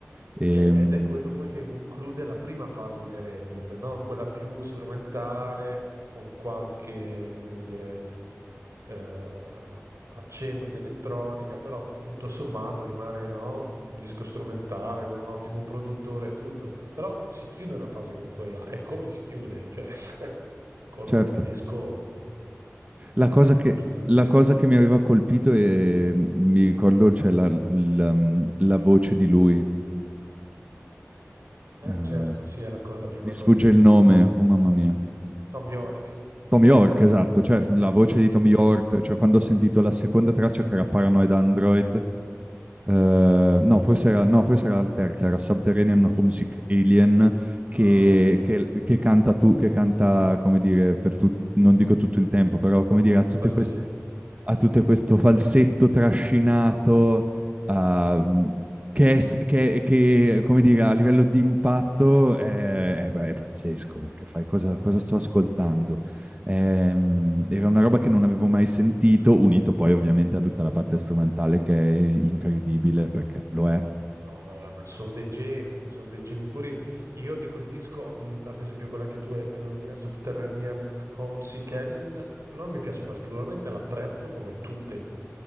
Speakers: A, on the right; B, on the right.
A: E,
B: E- ed
A: mh,
B: è quello poi che conclude la prima fase dei Radiohead, no? Quella più strumentale, con qualche, come dire, eh, accenno di elettronica, però tutto sommato rimane, no? Un disco strumentale con un ottimo produttore e tutto. Però si chiude una fase con quella, e come si chiude? Cioè, <laughs> con
A: certo,
B: un disco
A: la cosa
B: Da record.
A: che, la cosa che mi aveva colpito e mi ricordo c'è la, la- la voce di lui,
B: Eh
A: eh,
B: certo, sì, è la co la prima
A: mi sfugge
B: cosa che
A: il nome, oh mamma mia,
B: Tom York,
A: Tom York, esatto, cioè la voce di
B: sì.
A: Tom York, cioè quando ho sentito la seconda traccia che era Paranoid Android, eh, no, forse era, no, forse era la terza, era Subterranean Homesick Alien, che,
B: Ah okay,
A: che- che canta, tu, che canta, come dire, per tut- non dico tutto il tempo, però come dire, ha
B: il
A: tutte
B: farsetto.
A: queste a tutto questo falsetto trascinato, ehm, che, è s- che- che, come dire, a livello di impatto è, è- è pazzesco, perché fai cosa, cosa sto ascoltando? Ehm, era una roba che non avevo mai sentito, unito poi ovviamente a tutta la parte strumentale che è incredibile, perché lo è.
B: No, ma, ma- ma ci sono dei geni, sono dei geni puri. Io di quel disco, mh, ad esempio quella che tu hai appena nominato, Subterranean Homesick Alien, non mi piace particolarmente, l'apprezzo come tutte